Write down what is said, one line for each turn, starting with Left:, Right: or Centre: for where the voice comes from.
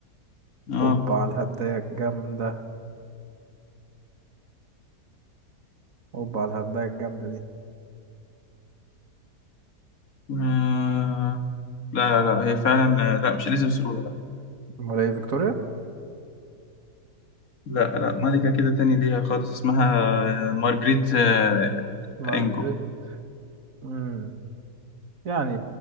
Left: اه
Right: هوبا على الهبداية الجامدة هوبا على الهبداية الجامدة دي
Left: آه، لا لا لا هي فعلا لا مش اليزابيث الاولى
Right: أمال إيه فيكتوريا
Left: لا لا لا ملكة كده تاني ليها خالص اسمها آه، مارجريت آه،
Right: مارجريت
Left: انجو
Right: مم. يعني